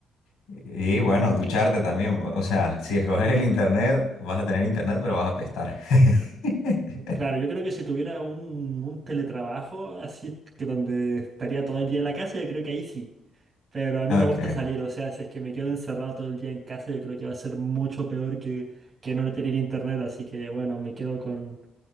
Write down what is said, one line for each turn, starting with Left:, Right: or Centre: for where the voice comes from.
Left: y bueno, ducharte también. O sea, si escoges el internet, vas a tener internet, pero vas a apestar. <laughs>
Right: claro, yo creo que si tuviera un, un teletrabajo así, que donde estaría todo el día en la casa, yo creo que ahí sí. Pero a mí
Left: Ok,
Right: me gusta salir, o sea, si es que me quedo encerrado todo el día en casa, yo creo que va a ser mucho peor que, que no tener internet, así que bueno, me quedo con,